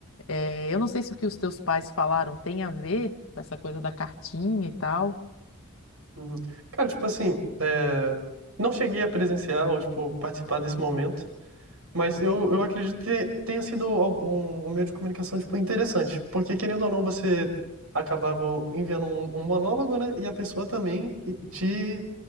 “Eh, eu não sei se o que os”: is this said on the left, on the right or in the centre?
Left